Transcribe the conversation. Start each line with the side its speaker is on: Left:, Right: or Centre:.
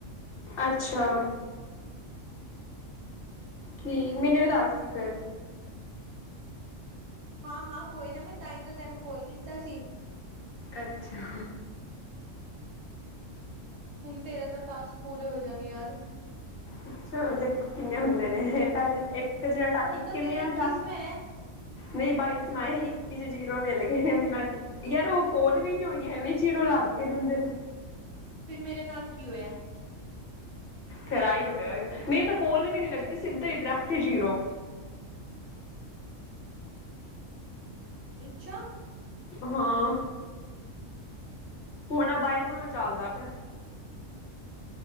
Left: ਅੱਛਾ। ਠੀਕ ਮੈਨੂੰ ਵੀ ਦੱਸਦੀ ਫੇਰ।
Right: ਹਾਂ- ਹਾਂ ਕੋਈ ਨਾ। ਮੈਂ ਤਾਂ ਹੀ, ਤਾਂ ਤੈਨੂੰ ਕੋਲ ਕੀਤਾ ਸੀ।
Left: ਅੱਛਾ।
Right: ਹੁਣ ਤੇਰੇ ਤੋਂ ਟਾਸਕ ਪੂਰੇ ਹੋ ਜਾਣਗੇ ਯਾਰ।
Left: ਅੱਛਾ, ਦੇਖੋ ਕਿੰਨੇ ਹੁੰਦੇ ਨੇ ਪਰ ਇੱਕ। ਕ ਜਰਾਟਾ
Right: ਹੁਣ
Left: ਇੱਕ
Right: ਤਾਂ
Left: ਕਿਵੇਂ
Right: ਤੇਰਾ
Left: ਆ
Right: ਇੱਕੀਸਵਾਂ
Left: ਟਾ-
Right: ਹੈ
Left: ਨਹੀਂ ਬਾਈਸ ਵਾ ਹੈ। ਮੈਂ ਇੱਕੀ ਚ ਜੀਰੋ ਮਿਲਗੇ। ਮਿਲਾਕੇ ਯਾਰ ਉਹ ਕੋਲ ਵੀ ਨੀ ਹੋਈ ਏ। ਐਵੇਂ ਜੀਰੋ ਲੱਗਦੇ ਰਹਿੰਦੇ ਨੇ।
Right: ਫੇਰ ਮੇਰੇ ਨਾਲ ਕੀ ਹੋਇਆ?
Left: ਫੇਰ ਆ ਹੀ ਹੋਇਆ ਹੋਏਗਾ। ਨਹੀਂ ਤਾਂ ਕੋਲ ਵੀ ਨੀ ਲੱਗੀ ਸਿੱਧਾ ਹੀ ਡਰੈਕਟ ਜੀਰੋ।
Right: ਅੱਛਾ।
Left: ਹਾਂ। ਹੁਣ ਆਹ, ਬਾਈਵਾਂ ਚੱਲਦਾ ਪਿਆ।